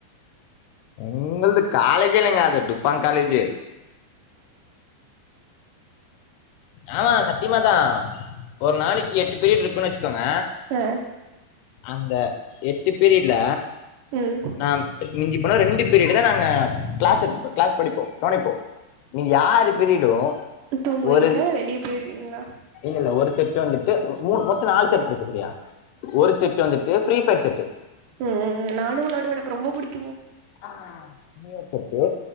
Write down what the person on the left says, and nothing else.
எங்களது காலேஜ இல்லைங்க அது டுப்பாங் காலேஜ் மேம் லாம் திமா தா ஒரு நாளைக்கு எட்டு பீரியீட் இருக் கோங்க
அந்த எட்டு பீரியட்ல
நா மிஞ்சி போனா ரெண்டு பீரியடு தா நாங்க கிளாஸ் கிளாஸ் படிப்போம் கவனிப்போம் நீங்க யாரு பீரியடும்
ஒரு
இல்ல இல்ல ஒரு செட் வந்துட்டு மூணு மொத் தம் நாலு செட் இருக்கு செரியா ஒரு செட்டு வந்துட் எதோ ப்ரீ ஃபயர் செட்டு
ஆ இன்னி ஒரு செட்டு